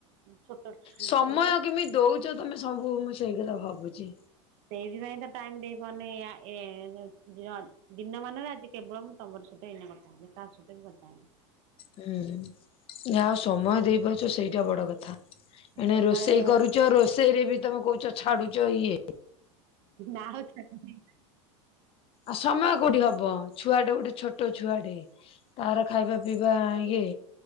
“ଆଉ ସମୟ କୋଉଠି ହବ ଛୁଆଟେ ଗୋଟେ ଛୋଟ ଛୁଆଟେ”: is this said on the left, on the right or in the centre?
Left